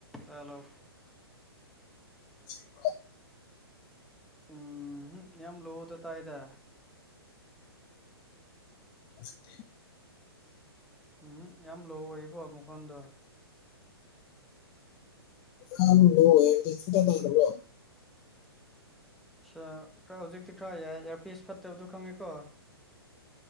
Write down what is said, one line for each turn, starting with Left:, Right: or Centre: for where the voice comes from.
Centre: Hello
Left: ꯁꯤꯡ꯭ꯔꯣ
Centre: ꯎꯝ ꯌꯥꯝ ꯂꯨ ꯇꯥ ꯇꯥꯏꯗ
Left: <unintelligible>
Centre: ꯎꯝ ꯌꯥꯝ ꯂꯣ ꯑꯣꯏꯌꯦꯕꯣ ꯃꯈꯣꯟꯗꯣ
Left: ꯁꯨꯡꯇꯥ ꯇꯥꯗꯕꯔꯣ
Centre: ꯈꯔ ꯍꯧꯖꯤꯛꯇꯤ ꯈꯔ ꯏꯌꯥꯔꯄꯤꯁ ꯐꯠꯇꯕꯗꯨ ꯈꯪꯉꯦꯀꯣ